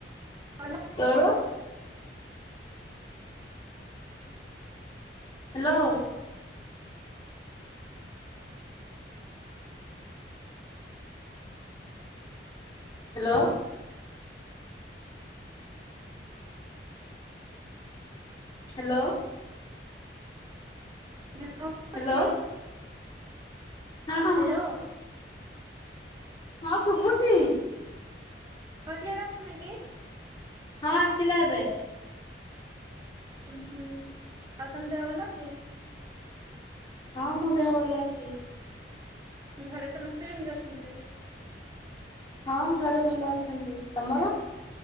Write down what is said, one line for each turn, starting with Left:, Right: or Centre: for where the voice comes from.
Right: ଭଲ
Left: ତୋର? ହ୍ୟାଲୋ। ହ୍ୟାଲୋ। ହ୍ୟାଲୋ
Right: ଦେହ ଭଲ
Left: ହ୍ୟାଲୋ।
Right: ଅଛି?
Left: ହଁ।
Right: ହ୍ୟାଲୋ।
Left: ହଁ ହଁ ଶୁଭୁଚି।
Right: ଭଏସେ କ୍ଳିଅର ଆସୁନେଇକି?
Left: ହଁ ଆସିଲା ଏବେ।
Right: ଉଁ ଉଁ ଆଉ ତମ ଦେହ ଭଲ ଅଛି?
Left: ହଁ ମୋ ଦେହ ଭଲ ଅଛି।
Right: ଘରେ ସମସ୍ତେ କେମତି ଅଛନ୍ତି?
Left: ହଁ ଘରେ ଭଲ ଅଛନ୍ତି। ତମର?